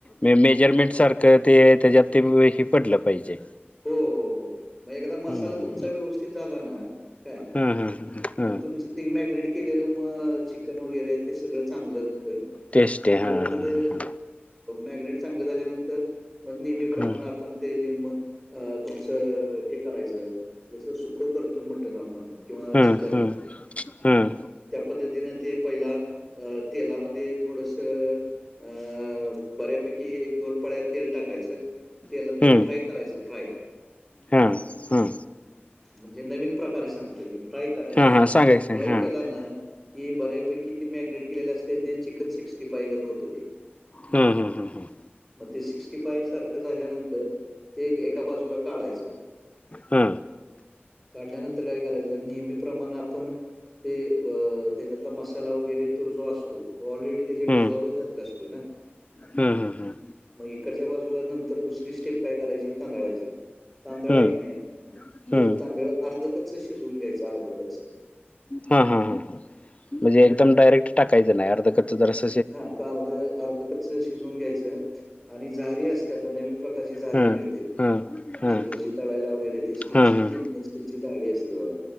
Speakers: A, on the left (about 30°); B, in the centre.
A: मे मेजरमेंट सारखं ते त्याच्यात ते हे पडलं पाहिजे
B: हो, हो, हो मग एकदा मसाला
A: हं हं
B: तुमचा
A: हं
B: व्यवस्थित झाला ना काय
A: हं हं हं हं
B: मग तुमचं ते मॅगनेट केलेलं मग चिकन वगैरे ते सगळं चांगलं राहतं
A: टेस्ट
B: चांगलं
A: आहे हां
B: तथे
A: हां हां
B: मॅगनेट चांगलं झाल्यानंतर तर नेहमी प्रमाण
A: हां
B: आपण ते लिम तुमच हे करायचं जस सुकं करतो मटण आपण किंवा
A: हं
B: चिकन
A: हं हं हं
B: त्या पद्धतीनं ते पहिला तेलामध्ये थोडंसं अ बऱ्यापैकी एक दोन पळ्या तेल टाकायचं तेला
A: हं
B: ते
A: हं
B: फ्राय करायचं फ्राय
A: हां हां
B: म्हणजे नवीन प्रकारे सांगतो मी फ्राय करायचं
A: हां हां सांगा की सांगा
B: फ्राय
A: हां
B: केला ना कि बऱ्यापैकी ते मॅगनेट केले असते ते चिकन सिक्स्टी फाय गत होतं ते
A: हं, हं, हं, हं
B: मग ते सिक्स्टी फाय सारखं झाल्यानंतर ते एका बाजूला काढायचं
A: हा
B: काढल्यानंतर काय करायचं नेहमी प्रमाण आपण ते व त्याच्यातला मसाला वगैरे तो जो असतो तो ऑलरेडी त्याच्या
A: हां
B: डिझोल्व झालेला असतोय ना
A: हां हां हां हां
B: मग इकडच्या बाजूला नंतर दुसरी स्टेप काय करायची तांदळाची तांदळा
A: हं
B: आहे क नाही हे
A: हं
B: तांदळ अर्ध कच्च शिजवून घ्यायचं अर्ध कच्च
A: हा, हा, हा, हा म्हणजे एकदम डायरेक्ट टाकायच नाही अर्ध कच्च जरासं
B: हा क अर्ध, अर्ध कच्च शिजून घ्यायचं आणि झारी असते आता नवीन प्रकारची झारी
A: हां
B: मिळते
A: हां
B: म्हणजे
A: हां
B: भजी तळायला वगैरे ते स्टीलची
A: हां हां
B: स्टेनलेस स्टीलची जाळी असते बघा